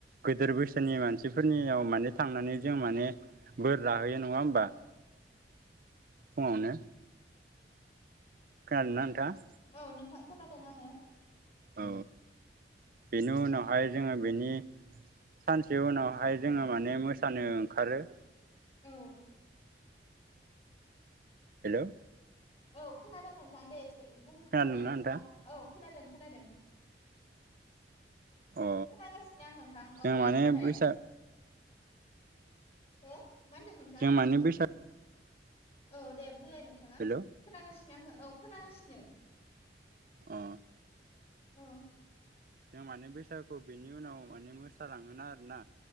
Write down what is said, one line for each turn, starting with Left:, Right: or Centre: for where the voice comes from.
Right: गोदोर बैसोनि मानसिफोरनियाव माने थांनानै जों माने बोर लाहैयो नङा होमबा फुङानो। खोनादों ना नोंथाङा?
Left: औ नोंथां खोनादों आङो।
Right: औ बेनि उनावहाय जोङो बेनि सानसे उनावहाय जोङो माने मोसानो ओंखारो।
Left: औ।
Right: हेल'।
Left: औ खोनादों नोंथां दे एसे बुंबावलै
Right: खोनादोंना
Left: नोंथाङा
Right: नोंथां
Left: औ' खोनादों खोनादों।
Right: अ
Left: खोनागासिनो आं नोंथां
Right: जों
Left: औ दे
Right: माने
Left: बुंगलाय।
Right: बैसाग
Left: हो मा होनदों नोंथां
Right: जों माने बैसाग
Left: औ दे बुंलाय नोंथाङा
Right: हेल'
Left: खोनागासिनो आङो औ खोनागासिनो।
Right: अ
Left: औ।
Right: जों माने बैसागु बिनि उनाव माने मोसालाङोना आरोना